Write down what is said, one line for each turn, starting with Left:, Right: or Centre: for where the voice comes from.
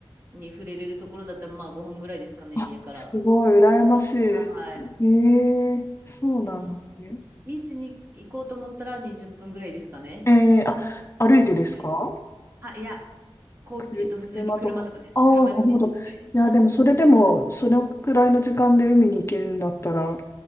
Right: に触れれるところだったら、まあ5分ぐらいですかね、
Left: あ、
Right: 家から。
Left: すごい、羨ましいです。
Right: はい。
Left: ええそうなんですね。
Right: で、まあ、ビーチに行こうと思ったら20分ぐらいですかね。
Left: ええあ、歩いてですか
Right: はい。あ、いや、こう、
Left: く車とか。
Right: えっと、普通に車とかです。
Left: ああ、
Right: 車で20分ぐらいです。
Left: なるほど。いや、
Right: はい。
Left: でも、それでも、そのくらいの時間で海に行けるんだったら、